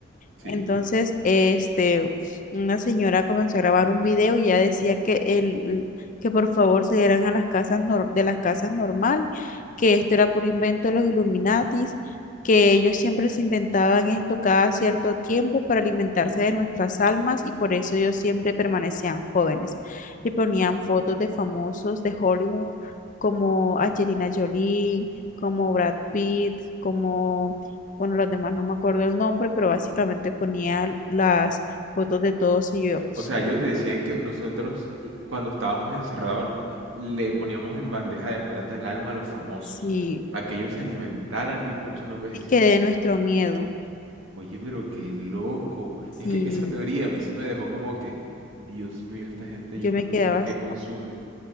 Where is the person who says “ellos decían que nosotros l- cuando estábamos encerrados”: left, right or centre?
Right